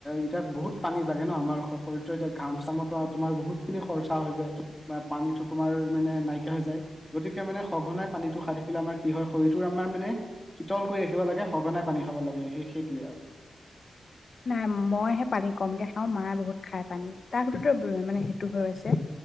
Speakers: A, in the centre; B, on the left.
A: এতিয়া বহুত পানী লাগে ন আমাৰ শৰীৰতে এতিয়া ঘ ামৰ পৰা তোমাৰ বহুতখিনি খৰচা হৈ যায় বা পানীতো তোমাৰ মানে নাইকিয়া হৈ যায় গতিকে মানে সঘনাই পানীটো সাই থাকিলে আমাৰ কি হয় শৰীৰ ত আমাৰ মানে শীতল কৰি ৰাখিব লাগে সঘন পানী খাব লাগে সেই সেইটোৱে আৰু
B: নাই মইহে পানী কমকে খাওঁ মায়ে বহুত খাই পানী তাৰ সৰত ব মানে সেইটো হৈ আছে